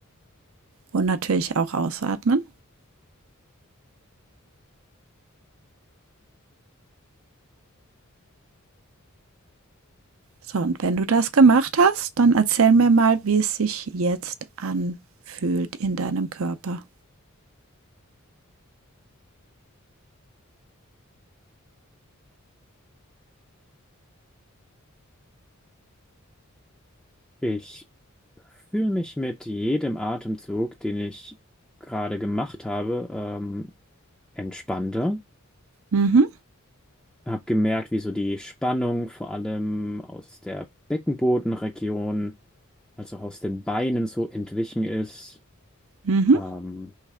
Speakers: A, on the right (about 70°); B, in the centre.
A: und natürlich auch ausatmen. So, und wenn du das gemacht hast, dann erzähl mir mal, wie es sich jetzt anfühlt in deinem Körper.
B: ich fühle mich mit jedem Atemzug, den ich gerade gemacht habe, ähm, entspannter.
A: Mhm,
B: Habe gemerkt, wie so die Spannung vor allem aus der Beckenbodenregion, als auch aus den Beinen so entwichen ist.
A: mhm.
B: Ähm,